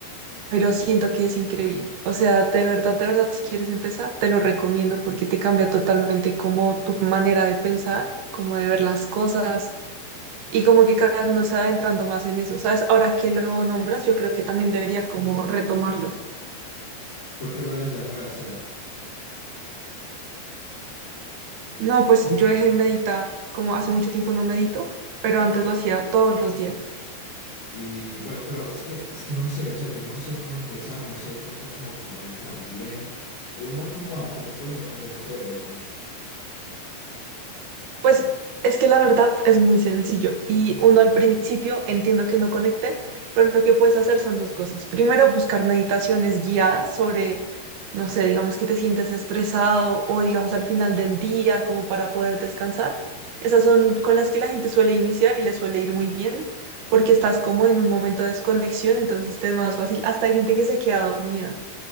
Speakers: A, on the right; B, on the left.
A: pero siento que es increíble. O sea, de verdad, de verdad, si quieres empezar, te lo recomiendo porque te cambia totalmente como tu manera de pensar, como de ver las cosas y como que cada vez uno se va adentrando más en eso. ¿Sabes? Ahora que lo nombras, yo creo que también deberías como retomarlo.
B: ¿Por qué lo habías dejado de hacer?
A: No, pues yo dejé de meditar, como hace mucho tiempo no medito, pero antes lo hacía todos los días.
B: Y bueno, pero es que, es que no sé, o sea, yo no sé cómo empezar, no sé de pronto cómo conectar bien. ¿Uno cómo hace? ¿Me puedes aconsejar sobre eso?
A: Pues es que la verdad es muy sencillo y uno al principio entiendo que no conecte, pero lo que puedes hacer son dos cosas. Primero, buscar meditaciones guiadas sobre, no sé, digamos que te sientes estresado o digamos al final del día como para poder descansar. Esas son con las que la gente suele iniciar y les suele ir muy bien porque estás como en un momento de desconexión, entonces te es más fácil. Hasta hay gente que se queda dormida.